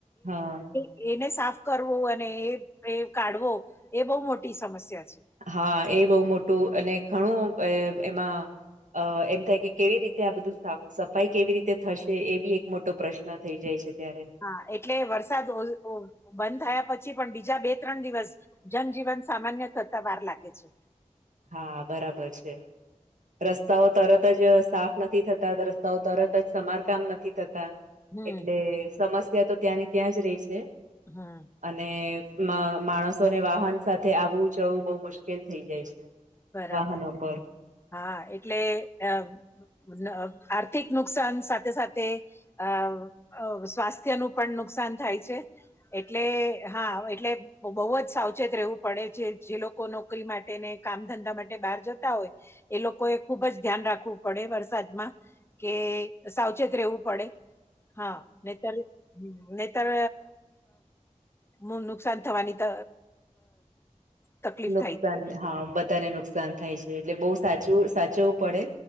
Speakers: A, on the right; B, on the left.
A: હા
B: એ એને સાફ કરવો અને એ એ કાઢવો એ બહું મોટી સમસ્યા છે.
A: હા એ બહુ મોટું અને ઘણું એ એમાં અ એમ થાય કે કેવી રીતે આ બધું સાફ સફાઈ કેવી રીતે થશે એ બી એક મોટો પ્રશ્ન ન થઈ જાય છે ત્યારે.
B: હા એટલે વરસાદ બંધ બંધ થયા પછી પણ બીજા બે ત્રણ દિવસ જનજીવન સામાન્ય થતા વાર લાગે છે.
A: હા બરાબર છે. રસ્તાઓ તરત જ સાફ નથી થતા રસ્તાઓ તરત જ સમારકામ નથી થતા.
B: હમ
A: એટલે સમસ્યા તો ત્યાંની ત્યાં જ રહી છે.
B: હા.
A: અને મ માણસોને વાહન સાથે આવવું જવું બહુ મુશ્કેલ થઇ જાય છે.
B: બરાબર
A: વાહનો પર
B: હા એટલે અ અ આર્થિક નુકસાન સાથે-સાથે અ સ્વાસ્થ્યનું પણ નુકસાન થાય છે. એટલે હા એટલે બહુ જ સાવચેત રહેવું પડે છે જે લોકો નોકરી માટેને કામ ધંધા માટે બહાર જતા હોય એ લોકોએ ખુબ જ ધ્યાન રાખવું પડે વરસાદમાં કે સાવચેત રહેવું પડે હા નનેતર હ નહીતર હું નુકસાન થવાની ત તકલીફ
A: નુકસાન
B: થાય છે.
A: હા બધાને નુકસાન થાય છે એટલે બહુ સાચું સાચવવું પડે.